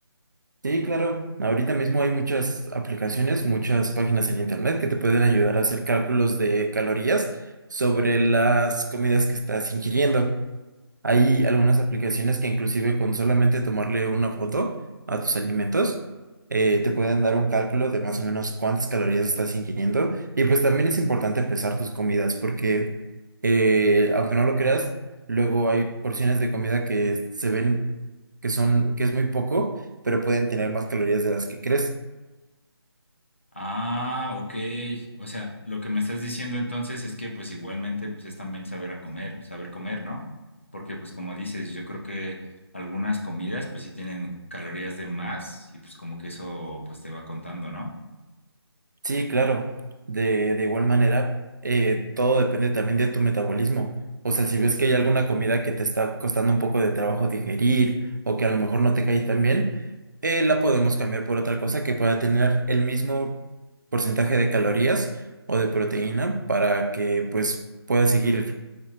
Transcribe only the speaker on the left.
Ah, ok. O sea, lo que me estás diciendo entonces es que pues igualmente pues es también saber a comer, saber comer, ¿no? Porque pues como dices, yo creo que algunas comidas pues sí tienen calorías de más y pues como que eso pues te va contando, ¿no?